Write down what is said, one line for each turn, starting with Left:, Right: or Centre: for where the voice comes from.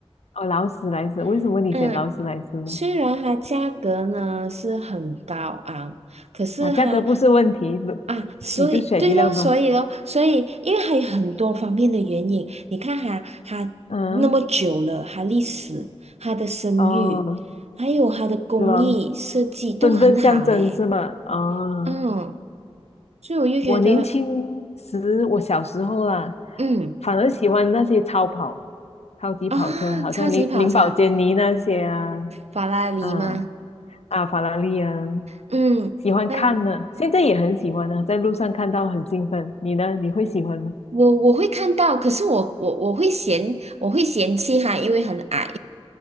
Left: 哦，劳斯莱斯。为什么你选劳斯莱斯呢？
Right: <laughs> 嗯，虽然它价格呢是很高昂，可是它。
Left: 啊，价格不是问题，
Right: 啊，所以对咯，
Left: 你就选一辆吧。
Right: 所以咯，所以因为还有很多方面的原因，你看哈，它那么久了，
Left: 嗯，
Right: 它历史、它的声誉，
Left: 哦，
Right: 还有它的工艺设计都很好诶，
Left: 是吗？身份象征是吗？哦，
Right: 嗯，所以我就觉得，
Left: 我年轻时，我小时候啦，
Right: 嗯
Left: 反而喜欢那些超跑、超级跑车，
Right: 啊，
Left: 好像林林宝坚尼那些啊，
Right: 超级跑车，法拉利吗？
Left: 啊。啊，法拉利啊，
Right: 嗯，
Left: 喜欢看呢，
Right: 那
Left: 现在也很喜欢啊，在路上看到很兴奋。你呢？你会喜欢吗？
Right: 我我会看到，可是我我我会嫌我会嫌弃它，因为很矮，